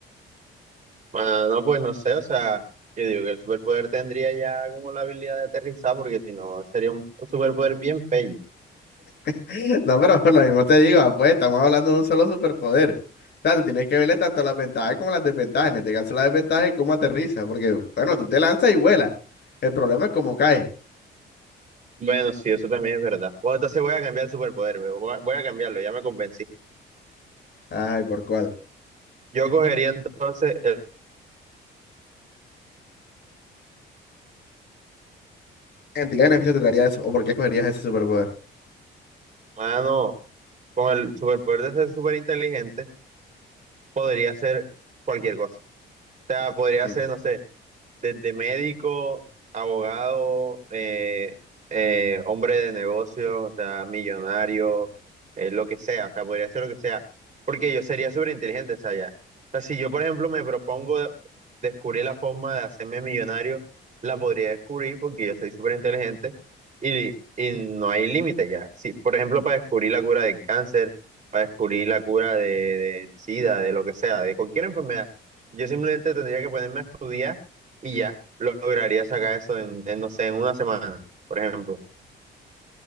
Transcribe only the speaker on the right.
Ah, no, pues no sé, o sea, yo digo que el superpoder tendría ya como la habilidad de aterrizar, porque si no, sería un superpoder bien pello.
Bueno, sí, eso también es verdad. Bueno, entonces voy a cambiar el superpoder, me voy a voy a cambiarlo, ya me convencí.
Yo cogería entonces el
humano con el superpoder de ser súper inteligente, podría hacer cualquier cosa. O sea, podría
hacer, no sé. desde médico, abogado, eh, eh, hombre de negocios, o sea, millonario, eh, lo que sea, o sea, podría ser lo que sea, porque yo sería súper inteligente, o sea, ya. O sea, si yo, por ejemplo, me propongo de- descubrir la forma de hacerme millonario, la podría descubrir porque yo soy súper inteligente y, y no hay límite ya. Si, por ejemplo, para descubrir la cura del cáncer, para descubrir la cura de, de SIDA, de lo que sea, de cualquier enfermedad, yo simplemente tendría que ponerme a estudiar y ya lograría sacar eso en, en, no sé, en una semana, por ejemplo.